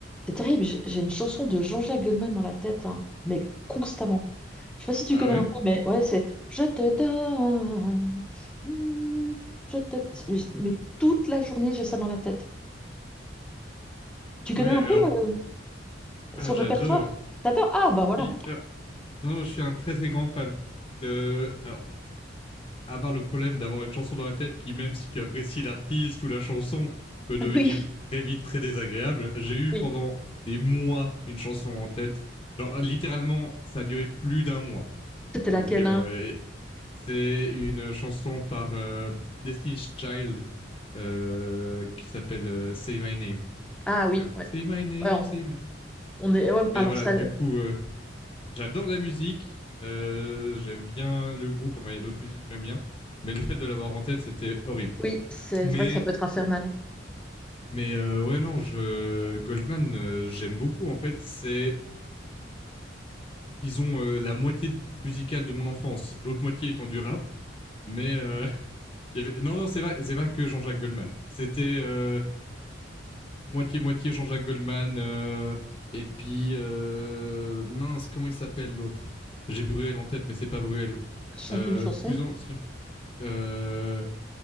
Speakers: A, in the centre; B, on the left.
A: C'est terrible, j'ai j'ai une chanson de Jean-Jacques Goldman dans la tête, hein, mais constamment. Je sais pas si tu
B: Ah
A: connais
B: ouais?
A: un peu, mais ouais, c'est Je te donne, mm, je te... c'est- Mais mais toute la journée, j'ai ça dans la tête. Tu connais
B: Ouais,
A: un
B: alors,
A: peu euh,
B: ah,
A: son
B: j'adore.
A: répertoire? T'adores? Ah, bah
B: Je suis,
A: voilà.
B: alors, non, non, je suis un très très grand fan. Le, alors, à part le problème d'avoir une chanson dans la tête qui, même si tu apprécies l'artiste ou la chanson, peut devenir
A: <laughs> Oui,
B: très vite très désagréable, j'ai eu
A: oui.
B: pendant des mois une chanson en tête. Genre, littéralement, ça a duré plus d'un mois.
A: C'était
B: Donc,
A: laquelle,
B: euh,
A: hein?
B: et c'est une chanson par euh, Destiny's Child euh, qui s'appelle euh, Say My Name.
A: Ah
B: Qui
A: oui,
B: fait un peu
A: ouais.
B: Say My Name,
A: Ouais, on,
B: Say My Name.
A: on est... ouais,
B: Mais
A: alors
B: voilà,
A: ça,
B: du coup, euh, j'adore la musique. euh, j'aime bien le groupe. Enfin, il y a d'autres musiques que j'aime bien. Mais le fait de l'avoir en tête, c'était horrible.
A: oui, c'est
B: Mais,
A: vrai que ça peut être infernal.
B: mais euh, ouais, non, je, Goldman, euh, j'aime beaucoup. En fait, c'est, disons, euh, la moitié musicale de mon enfance. L'autre moitié étant du rap. Mais euh, <laughs> y avait- non, non, c'est pas, c'est pas que Jean-Jacques Goldman. C'était euh, moitié-moitié Jean-Jacques Goldman, euh, et puis, euh, mince, comment il s'appelle l'autre J'ai Bruel en tête, mais c'est pas Bruel.
A: Chante
B: Euh,
A: une chanson.
B: plus en... si, Euh,